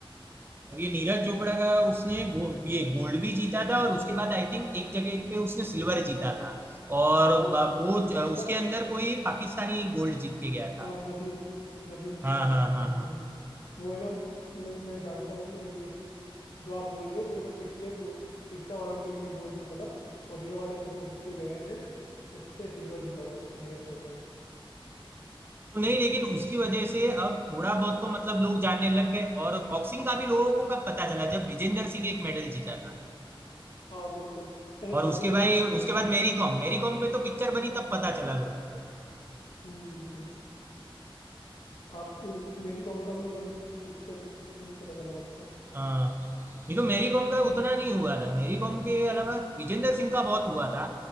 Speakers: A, on the right; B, on the left.
A: और ये नीरज चोपड़ा का उसने गो, ये गोल्ड भी जीता था और उसके बाद आई थिंक एक जगह पे उसने सिल्वर जीता था और
B: हाँ वो
A: ब- वो ज-
B: पिछला
A: उसके अंदर कोई पाकिस्तानी गोल्ड जीत के गया था
B: हाँ नदीम नदीम शाह
A: हाँ हाँ
B: करके
A: हाँ
B: शायद
A: हाँ
B: है
A: हाँ
B: वो है ना मैं, मैं जानता हूँ मैं ये जो आप बोल रहे हो वो है ना पिछले टूर पिछला ओलंपिक में गोल्ड जीता था और ये वाला भी जो होके गया है उस पे सिल्वर जीता था नीरज चोपड़ा ने
A: तो नहीं लेकिन उसकी वजह से अब थोड़ा बहुत तो मतलब लोग जानने लग गए और बॉक्सिंग का भी लोगों को कब पता चला जब विजेंदर सिंह एक मेडल जीता था
B: हाँ बिल्कुल ऐसे
A: और
B: काफी
A: उसके
B: सारे
A: भाई
B: स्पोर्ट्स
A: उसके बाद
B: हैं
A: मैरी कॉम मैरी कॉम पे तो पिक्चर बनी तब पता चला लोगों को
B: हम्म बिल्कुल काफी मेरी कॉम का भी एकदम पिक्चर के थ्रू ही पता चला सबको
A: हाँ नहीं तो मैरी कॉम का उतना नहीं हुआ था मैरी कॉम के अलावा विजेंदर सिंह का बहुत हुआ था